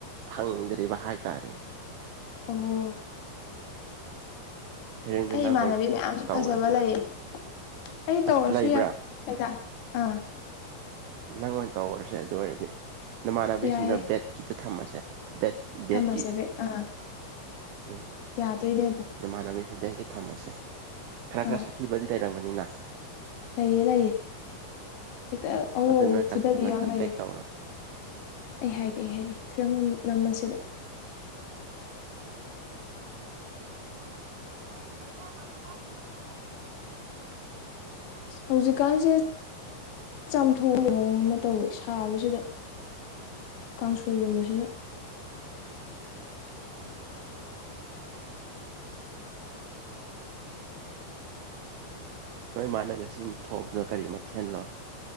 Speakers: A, on the right; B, on the left.
A: ꯐꯪꯗ꯭ꯔꯤꯕ ꯍꯥꯏꯇꯥꯔꯦ
B: ꯑꯣ
A: ꯍꯦꯔꯣꯏꯟꯗꯣ
B: ꯑꯩ
A: ꯅꯪ
B: ꯏꯃꯥꯟꯅꯕꯤ
A: ꯑꯣꯏꯅ
B: ꯃꯌꯥꯝꯁꯨ
A: ꯇꯧꯔꯁꯤꯔ
B: ꯐꯖꯕ ꯂꯩꯌꯦ ꯑꯩ ꯇꯧꯔꯁꯨ
A: ꯑꯁ ꯂꯩꯕ꯭ꯔꯥ
B: ꯌꯥꯏ ꯍꯥꯏꯇꯥ ꯑꯥ
A: ꯅꯪ ꯑꯣꯏꯅ ꯇꯧꯔꯁꯦ ꯑꯗꯨ ꯑꯣꯏꯔꯗꯤ ꯅꯃꯥꯟꯅꯕꯤꯁꯤꯡꯅ
B: ꯌꯥꯏꯌꯦ
A: ꯕꯦꯠꯀꯤꯗ ꯊꯝꯃꯁꯦ ꯕꯦꯠ ꯕꯦꯠꯀꯤ
B: ꯊꯝꯃꯁꯦ ꯕꯦ ꯑꯥ
A: ꯎꯝ
B: ꯌꯥꯗꯣꯏꯅꯦ ꯑꯗꯣ
A: ꯅꯃꯥꯟꯅꯕꯤ ꯈꯇꯪꯁꯤ ꯊꯝꯃꯁꯦ ꯈꯔ ꯈꯔ
B: ꯑꯥ
A: ꯁꯥꯊꯤꯕꯗꯤ ꯂꯩꯔꯝꯒꯅꯤꯅ
B: ꯂꯩꯌꯦ ꯂꯩꯌꯦ ꯍꯦꯛꯇ ꯑꯎ
A: ꯑꯗꯨ
B: ꯑꯎ
A: ꯅꯣꯏ
B: ꯐꯨꯗꯕꯤ
A: ꯅꯪ
B: ꯌꯥꯝ
A: ꯀꯟꯇꯦꯛ
B: ꯂꯩꯌꯦ
A: ꯇꯧꯔꯣ
B: ꯑꯩ ꯍꯥꯏꯒꯦ ꯑꯩ ꯍꯥꯏꯒꯦ ꯐꯤꯂꯝ ꯑꯃ ꯅꯝꯕꯁꯤꯗ
A: <unintelligible>
B: ꯑ ꯍꯧꯖꯤꯛꯀꯥꯟꯁꯦ ꯆꯥꯝꯊꯣꯡꯕ ꯃꯑꯣꯡ ꯑꯃ ꯇꯧꯋꯦ ꯁꯥꯕꯁꯤꯗ ꯀꯥꯡꯁꯣꯏꯒꯨꯝꯕꯁꯤꯅ
A: ꯅꯣꯏ ꯃꯥꯅ ꯉꯁꯤ ꯊꯣꯡꯕꯗꯣ ꯀꯔꯤ ꯃꯊꯦꯜꯅꯣ